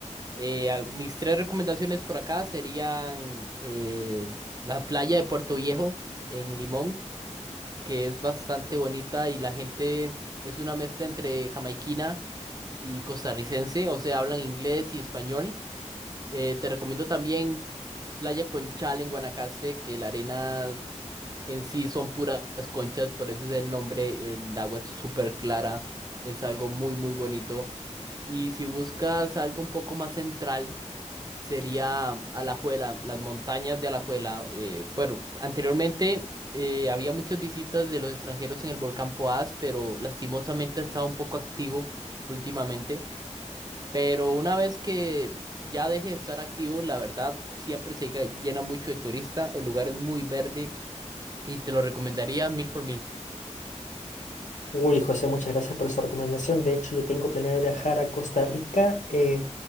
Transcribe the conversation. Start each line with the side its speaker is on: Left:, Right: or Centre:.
Right: eh, al- mis tres recomendaciones por acá serían eh, la playa de Puerto Viejo en Limón, que es bastante bonita y la gente es una mezcla entre jamaiquina y costarricense, o sea, hablan inglés y español. Eh, te recomiendo también Playa Conchal en Guanacaste, que la arena en sí son puras conchas, por eso es el nombre, el agua es súper clara, es algo muy muy bonito. Y si buscas algo un poco más central, sería Alajuela, las montañas de Alajuela. Eh, bueno, anteriormente eh, había muchas visitas de los extranjeros en el volcán Poás, pero lastimosamente ha estado un poco activo últimamente. Pero una vez que ya deje de estar activo, la verdad, siempre se lle- llena mucho de turista. El lugar es muy verde y te lo recomendaría mil por mil.
Left: Uy, José, muchas gracias por esa recomendación. De hecho, yo tengo planeado viajar a Costa Rica. eh,